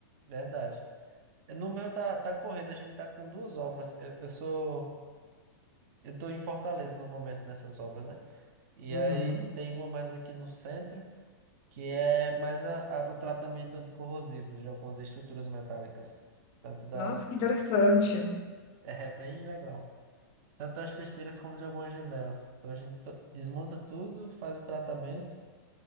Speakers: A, on the right; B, on the left.
A: Verdade. Eh, No meu tá, tá corrido, a gente tá com duas obras. Eu, eu sou. Eu estou em Fortaleza no momento nessas obras, né? E
B: Uhum.
A: aí tem uma mais aqui no centro, que é mais a- a- o tratamento anticorrosivo de algumas estruturas metálicas. Tanto da.
B: Nossa, que interessante.
A: É bem legal. Tanto das testeiras como de algumas janelas. Então a gente to- desmonta tudo, faz o tratamento